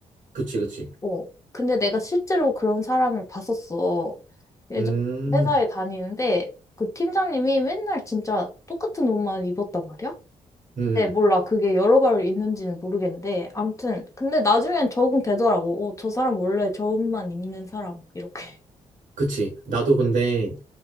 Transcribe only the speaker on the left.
어. 근데 내가 실제로 그런 사람을 봤었어. 예전
회사에 다니는데 그 팀장님이 맨날 진짜 똑같은 옷만 입었단 말이야?
근데 몰라. 그게 여러 벌 있는지는 모르겠는데. 아무튼. 근데 나중엔 적응되더라고. 어, 저 사람 원래 저 옷만 입는 사람. 이렇게.